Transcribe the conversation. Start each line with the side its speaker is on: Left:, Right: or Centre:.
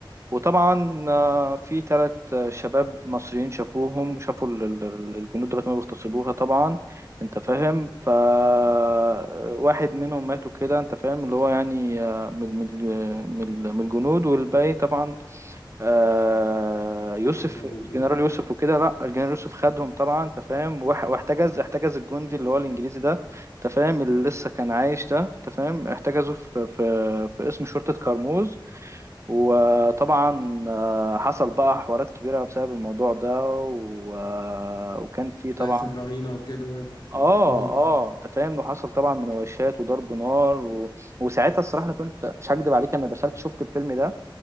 Right: وطبعا آه، في ثلاث شباب مصريين شافوهم شافوا ال- ال- ال- الجنود دلوقتي ما بيغتصبوها طبعا انت فاهم فواحد منهم ماتوا كده انت فاهم اللي هو يعني آه، من من آه، من من الجنود والباقي طبعا آه، يوسف
Left: قدروا يهربوا وكده
Right: الجنرال يوسف وكده لا الجنرال يوسف خدهم طبعا انت فاهم واح- واحتجز احتجز الجندي اللي هو الانجليزي ده انت فاهم اللي لسه كان عايش ده انت فاهم احتجزه في في في قسم شرطة كرموز وطبعا آه، حصل بقى حوارات كبيرة بسبب الموضوع ده و... آه، وكان في طبعا
Left: زي خد رهينة وكده
Right: اه
Left: امم
Right: اه انت فاهم وحصل طبعا مناوشات وضرب نار و... وساعتها الصراحة انا كنت مش هكدب عليك انا دخلت شفت الفيلم ده